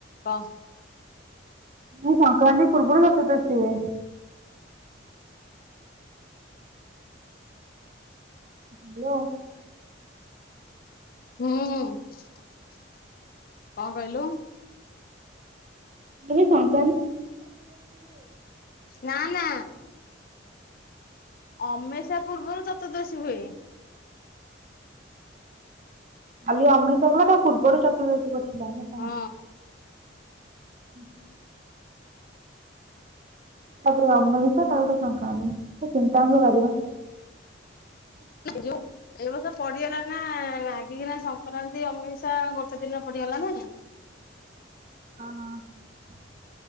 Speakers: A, on the left; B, on the right.
A: କ।
B: ମୁଁ ସଂକ୍ରାନ୍ତି ପୂର୍ବରୁ ଚତୁଃଦସୀ ହୁଏ। ହ୍ୟାଲୋ।
A: ହୁଁ କଣ କହିଲୁ?
B: ମାନେ ସଂ
A: ନା ନା ଅମେଇସା ପୂର୍ବରୁ ଚତୁର୍ଦ୍ଦଶୀ ହୁଏ।
B: କାଲି ଅମେଇସିଆ ଗଲା ତା ପୂର୍ବରୁ ଚତୁର୍ଦଶୀ ପଡିଥିଲା ନା କଣ?
A: ହଁ
B: ହୁଁ ହୁଁ। ତାପରେ ଅମାବାସ୍ୟା ତାପରେ ସଂକ୍ରାନ୍ତି ସେ ତିନିଟା ଙ୍କ ବାରିବ।
A: ଯଉ ଏ ବର୍ଷ ପଡିଗଲା ନା ନାଗିକିନା ସଂକ୍ରାନ୍ତି ଅମେଇସା ଗୋଟେ ଦିନ ପ ଡିଗଲା ନା ନାଇଁ।
B: ହଁ ହଁ।